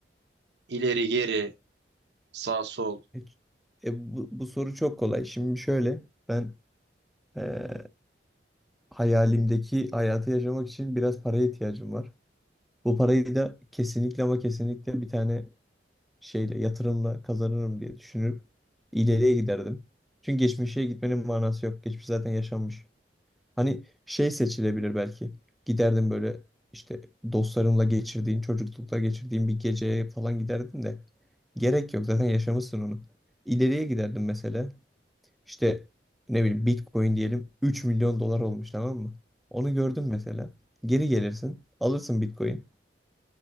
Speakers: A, on the right (about 75°); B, in the centre.
A: İleri geri sağ sol.
B: E, e, bu, bu soru çok kolay. Şimdi şöyle ben Ee, hayalimdeki hayatı yaşamak için biraz paraya ihtiyacım var. Bu parayı da kesinlikle ama kesinlikle bir tane şeyle yatırımla kazanırım diye düşünüp ileriye giderdim. Çünkü geçmişe gitmenin manası yok. Geçmiş zaten yaşanmış. Hani şey seçilebilir belki. Giderdim böyle işte dostlarımla geçirdiğin, çocuklukta geçirdiğin bir geceye falan giderdim de. Gerek yok zaten yaşamışsın onu. İleriye giderdim mesela. İşte ne bileyim Bitcoin diyelim 3 milyon dolar olmuş tamam mı? Onu gördün mesela. Geri gelirsin. Alırsın Bitcoin.